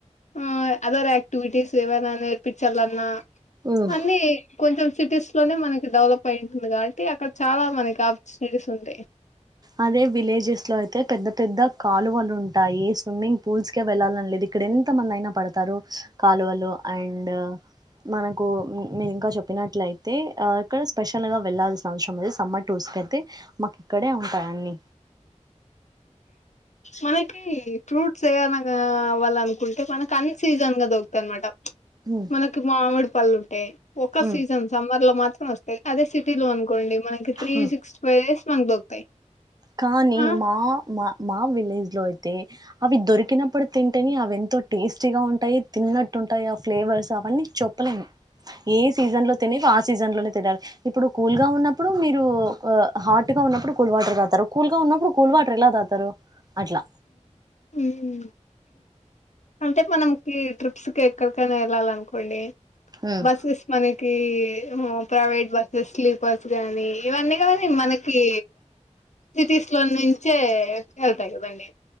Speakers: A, on the left (about 70°); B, on the right (about 30°).
A: ఆ అదర్ ఆక్టివిటీీస్ ఏవైనా పిచర్లన్నా
B: ఉమ్
A: అన్ని కొంచెం సిటీస్ లోనే మనకి డెవలప్ అయి ఉంటుంది కాబట్టి అక్కడ చాలా మనకి ఆపర్చునిటీస్ ఉంటాయి
B: అదే విలేజెస్ లో అయితే పెద్ద పెద్ద కాలువలు ఉంటాయి స్విమ్మింగ్ పూల్స్ కె వెళ్ళాలిని లేదు ఇక్కడ ఎంత మంది అయినా పడతారు కాలువలు అండ్ మనకు మీరు ఇంకా చెప్పినట్లయితే ఆ ఇక్కడ స్పెషల్ గా వెళ్లాల్సిన అవసరం అది సమ్మర్ టూర్స్ కైతే మాకు ఇక్కడే ఉంటాయి అన్నీ
A: మనకి ఫ్రూట్స్ ఏవనా అవ్వాలనుకు ఉంటే మనకి అన్సీజన్ గా దొకుతాయి అనమాట
B: ఉమ్
A: మనకి మామిడి పళ్ళు ఉంటాయి ఒక
B: ఉమ్
A: సీజన్ సమ్మర్ లో మాత్రం వస్తాంది అదే సిటీ లో అనుకోండి మనకి three
B: um
A: six five days మనకు దొరుకుతాయి
B: కానీ
A: ఆ
B: మా మా మా విలేజ్ లో అయితే అవి దొరికినప్పుడు తింటేని అవింత ఎంతో టేస్టీగా ఉంటాయి తిన్నట్టు ఉంటాయి ఆ ఫ్లేవర్స్ అవన్నీ చెప్పలేం ఏ సీజన్ లో తినేటివి ఆ సీజన్ సీజన్ లోనే తినాలి ఇప్పుడు కూల్ గా ఉన్నప్పుడు మీరు హాట్ గా ఉన్నప్పుడు కూల్ వాటర్ తాగుతారు కూల్ ఉన్నప్పుడు కూల్ వాటర్ ఎలా తాగుతారు అట్లా
A: ఉమ్ అంటే మనంకి ట్రిప్స్ కి ఎక్కడికైనా వెళ్ళాల అనుకోండి
B: ఉమ్,
A: బస్సెస్ మని ఈ ప్రైవేట్ బస్సెస్ స్లీపర్స్ గానీ ఇవన్నీనీ మనకి సిటీస్ లో నుంచే వెళ్తాయి కదండి